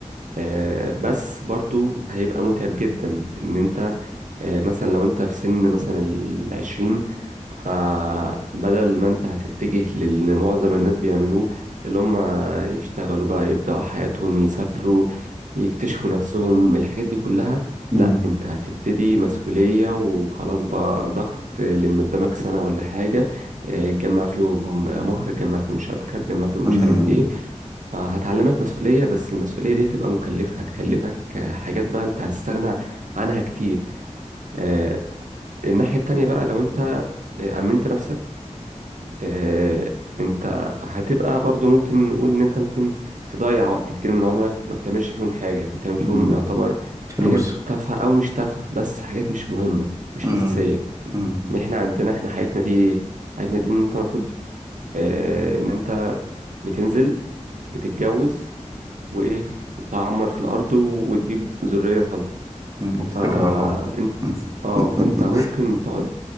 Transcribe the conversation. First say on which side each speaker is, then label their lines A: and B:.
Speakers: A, on the right; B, on the right.
A: آه، بس برضو هيبقى متعب جدا ان انت آه، مثلا لو انت في سن مثلا العشرين فبدل ما انت هتتجه للي معظم الناس بيعملوه اللي هم يشتغلوا بقى يبدأوا حياتهم يسافروا يكتشفوا نفسهم الحاجات دي كلها
B: امم
A: لا انت هتبتدي مسؤولية وخلاص بقى ضغط لان قدامك سنة ولا حاجة آه، تجمع فيهم مهر تجمع فيهم شبكة تجمع فيهم
B: امم
A: مش عارف ايه فهتعلمك مسؤولية بس المسؤولية دي هتبقى مكلفة هتكلفك آه، حاجات بقى انت هتستغنى عنها كتير آه، الناحية التانية بقى لو انت آه، أمنت نفسك آه، انت هتبقى برضو ممكن نقول ان انت ممكن تضيع وقت كتير من عمرك ما بتعملش فيهم حاجة بتعمل فيهم
B: امم
A: يعتبر
B: فلوس
A: حاجات تافهة أو مش تافهة بس حاجات مش مهمة مش
B: امم
A: أساسية
B: امم
A: ان احنا عندنا احنا حياتنا دي ايه؟ حياتنا دي ان انت المفروض آه، ان انت بتنزل بتتجوز وايه وتعمر في الارض وتجيب ذريه صالحه
B: وبتتكل
A: فانت
B: على الله مم.
A: اه
B: <laughs>
A: فانت ممكن تقعد